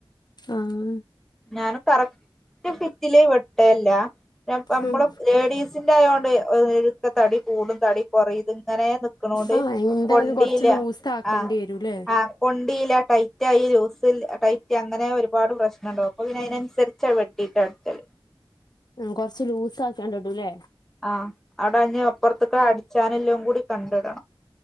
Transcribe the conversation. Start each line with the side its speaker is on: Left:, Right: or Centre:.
Left: ആഹ്
Centre: ഞാനും കറക്റ്റ് ഫിറ്റ്ല് വെട്ടൽല്ല്യാ നമ്മള്
Left: ഉം
Centre: ലേഡീസ് സിന്റായോണ്ട് തടി കൂടും തടി കൊറയും ഇതിങ്ങനെ നി ക്ക്ണോണ്ട്
Left: ആഹ് എന്തായാലും
Centre: കൊണ്ടീല
Left: കൊറച്ച് ലൂസ് ആക്കേണ്ടി
Centre: ആ
Left: വരൂല്ലേ
Centre: ആ കൊണ്ടീല ടൈ റ്റായി ലൂസിൽ ടൈറ്റ് അങ്ങനെ ഒരുപാട് പ്രശ്നണ്ടാവും അപ്പോ പിന്നെ അയ്നൻസര്ച്ച് വെട്ടിയിട്ടാ അട്ച്ചല്
Left: ഉം കൊർച്ച് ലൂസാക്കിയാണ്ട് ഇടും ലേ
Centre: ആ അവ്ടഞ്ഞ് അപ്പൊർത്ത്ക്ക്‌ അടിച്ചാന്ല്ലതും കൂടി കണ്ടടണം.